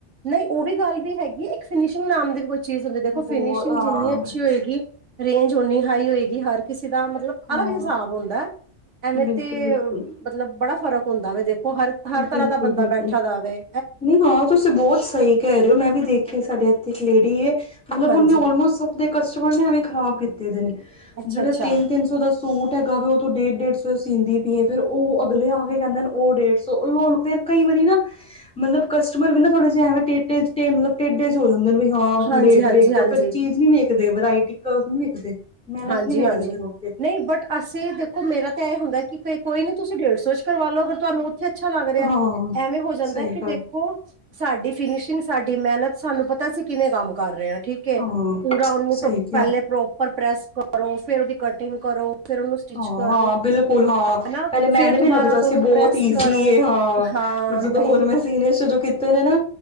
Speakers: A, on the right (about 85°); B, in the centre.
A: ਨਹੀਂ, ਉਹ ਵੀ ਗੱਲ ਵੀ ਹੈਗੀ ਇੱਕ ਫਿਨਸ਼ਿੰਗ ਨਾਮ ਦੀ ਚੀਜ਼ ਹੁੰਦੀ, ਦੇਖੋ
B: ਬਹੁਤ
A: ਫਿਨਸ਼ਿੰਗ
B: ਹਾਂ
A: ਜਿੰਨੀ ਅੱਛੀ ਹੋਏਗੀ ਰੇਂਜ ਓਨੀ ਹਾਈ ਹੋਏਗੀ, ਹਰ ਕਿਸੇ ਦਾ ਮਤਲਬ ਅਲੱਗ
B: ਹਾਂ
A: ਹਿਸਾਬ ਹੁੰਦਾ ਐਵੇਂ
B: ਬਿਲਕੁਲ
A: ਤੇ
B: ਬਿਲਕੁਲ
A: ਮਤਲਬ ਬੜਾ ਫਰਕ ਹੁੰਦਾ ਵ ਹਰ ਤਰ੍ਹਾਂ
B: ਬਿਲਕੁਲ
A: ਦਾ ਬੰਦਾ,
B: ਬਿਲਕੁਲ
A: ਬੈਠਾ ਦਾਵੇ
B: ਨਹੀਂ ਹਾਂ ਤੁਸੀਂ ਬਹੁਤ ਸਹੀ ਕਹਿ ਰਹੇ ਹੋ, ਮੈਂ ਵੀ ਦੇਖਿਆ ਸਾਡੇ ਇੱਥੇ ਇੱਕ ਲੇਡੀ ਏ ਮਤਲਬ
A: ਹਾਂਜੀ
B: ਉਹਨੇ ਔਲਮੋਸਟ ਸਭ ਦੇ ਕਸਟਮਰ ਨੇ ਐਵੇਂ ਖ਼ਰਾਬ ਕੀਤੇ ਨੇ,
A: ਅੱਛਾ
B: ਜਿਹੜੇ
A: ਅੱਛਾ
B: ਤਿੰਨ -ਤਿੰਨ ਸੌ ਦੇ ਸੂ ਸੂਟ ਹੈਗਾ ਵੀ ਉਹ ਤੋਂ ਡੇਢ ਡੇਢ ਸੌ ਸੀਂਦੀ ਪੀਏ ਫੇਿਰ ਉਹ ਅਗਲੇ ਆ ਕੇ ਕਹਿੰਦੇ ਨੇ ਉਹ ਡੇਢ ਸੌ ਲਓ ਫਿਰ, ਕਈ ਵਾਰੀ ਨਾ, ਮਤਲਬ ਕਸਟਮਰ ਵੀ ਨਾ ਥੋੜੇ ਜਿਹੇ ਐਵੇਂ ਮਤਲਬ ਟੇੇ 'ਚ ਟੇਡੇ ਜਿਹੇ ਹੋ ਜਾਂ ਵੀ ਹਾਂ
A: ਹਾਂਜੀ
B: ਰੇਟ
A: ਹਾਂਜੀ
B: ਵੇਖ,
A: ਹਾਂਜੀ
B: ਫਿਰ ਚੀਜ਼ ਨੀ ਵੇਖਦੇ, ਵਰਾਇਟੀ ਨੀ ਵੇਖਦੇ ਮੇਹਨਤ
A: ਹਾਂਜੀ-ਹਾਂਜੀ
B: ਨੀ ਵੇਖਦੇ ਫਿਰ ਓਹ।
A: ਨਹੀਂ ਬਟ ਅਸੀ ਦੇਖੋ ਮੇਰਾ ਤਾਂ ਐਂ ਹੁੰਦਾ ਕਿ ਕੋਈ ਨਈ ਤੁਸੀ ਡੇਢ ਸੌ ਚ ਕਰਵਾ ਲਓ ਅਗਰ ਤੁਹਾਨੂੰ ਓਥੇ ਅੱਛਾ ਲੱਗ ਰਿਹਾ,
B: ਹਾਂ
A: ਐਵੇਂ ਹੋ ਜਾਂਦਾ
B: ਸਹੀ
A: ਕਿ
B: ਗੱਲ
A: ਦੇਖੋ ਸਾਡੇ ਫਿਨਿਸ਼ਿੰਗ ਸਾਡੀ ਮੇਹਨਤ ਸਾਨੂੰ ਪਤਾ ਅਸੀ ਕਿਵੇਂ ਕੰਮ ਕਰ ਰਹੇ ਹਾਂ। ਠੀਕ ਏ
B: ਹਾਂ
A: ਪੂਰਾ ਉਹਨੂੰ
B: ਸਹੀ
A: ਪਹਿਲੇ
B: ਕਿਹਾ
A: ਪ੍ਰੋਪਰ ਪ੍ਰੈਸ ਕਰੋ ਫੇਰ ਓਦੀ ਕਟਿੰਗ ਕਰੋ। ਫਿਰ ਉਹਨੂੰ ਸਟਿਚ
B: ਹਾਂ-
A: ਕਰੋ
B: ਹਾਂ ਬਿਲਕੁਲ ਹਾਂ
A: ਹਨਾ
B: ਪਹਿਲੇ ਮੈਨੁ
A: ਫਿਰ ਦੁਬਾਰਾ
B: ਵੀ ਲੱਗਦਾ
A: ਤੋਂ
B: ਸੀ
A: ਉਹਨੂੰ
B: ਬੋਤ
A: ਪ੍ਰੈਸ
B: ਈਜ਼ੀ
A: ਕਰੋ
B: ਏ ਹਾਂ।
A: ਹਾਂ
B: ਪਰ ਜਦੋਂ
A: ਨਹੀਂ
B: ਹੁਣ ਮੈਂ ਸੀਨੇ ਸ਼ੁਰੂ ਕੀ ਕਿਤੇ ਨੇ ਨਾ